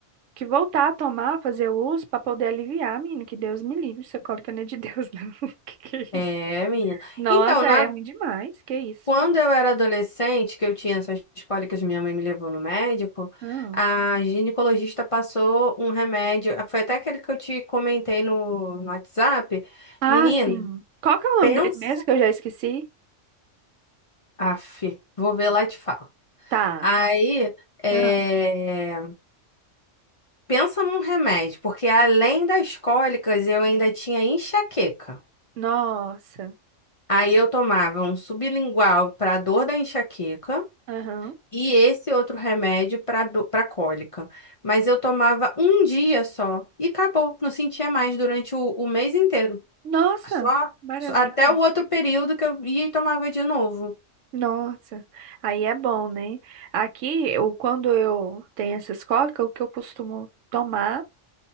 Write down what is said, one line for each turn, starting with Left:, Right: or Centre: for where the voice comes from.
Right: que voltar a tomar, fazer o uso pra poder aliviar, menina. Que Deus me livre. Isso é cólica não é de Deus, não. <laughs> Que que é
Left: É,
Right: isso?
Left: menina.
Right: Nossa,
Left: Então, na-
Right: é ruim demais. Que isso?
Left: quando eu era adolescente, que eu tinha essas cólicas, minha mãe me levou no médico,
Right: Não.
Left: a ginecologista passou um remédio, ah, foi até aquele que eu te comentei no, no WhatsApp.
Right: Ah,
Left: Menina,
Right: sim. Qual que é o nome
Left: pensa.
Right: dele mesmo que eu já esqueci?
Left: Aff, vou ver lá e te falo.
Right: Tá.
Left: Aí, é.
Right: Ah,
Left: Pensa num remédio, porque além das cólicas eu ainda tinha enxaqueca.
Right: Nossa.
Left: Aí eu tomava um sublingual para dor da enxaqueca
Right: Aham.
Left: e esse outro remédio para para cólica. Mas eu tomava um dia só e acabou, não sentia mais durante o, o mês inteiro.
Right: Nossa,
Left: Só,
Right: maravilha.
Left: só até o outro período que eu ia e tomava de novo.
Right: Nossa. Aí é bom, né? Aqui, eu, quando eu tenho essas cólicas, o que eu costumo tomar